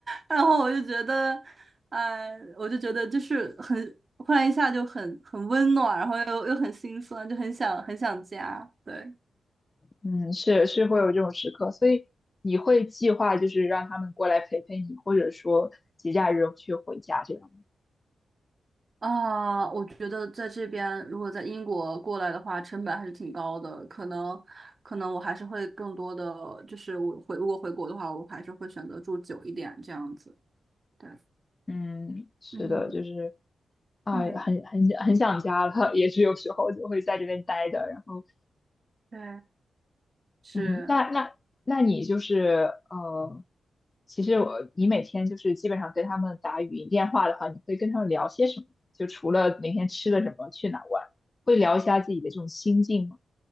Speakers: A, on the right (about 40°); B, on the left (about 35°).
A: 然后我就觉得，嗯，我就觉得就是很，忽然一下就很很温暖，然后又又很心酸，就很想很想家，对。
B: 嗯，是是会有这种时刻，所以你会计划就是让他们过来陪陪你，或者说节假日去回家这样。
A: 啊，我觉得在这边，如果在英国过来的话，成本还是挺高的。可能，可能我还是会更多的，就是我回，如果回国的话，我还是会选择住久一点这样子。对，
B: 嗯，是的，
A: 嗯
B: 就是啊，
A: 嗯，
B: 很很很想家了，<laughs> 也是有时候就会在这边待着，然后。
A: 对，是。
B: 嗯，那那那你就是呃，其实我你每天就是基本上跟他们打语音电话的话，你会跟他们聊些什么？就除了每天吃了什么，去哪儿玩，会聊一下自己的这种心境吗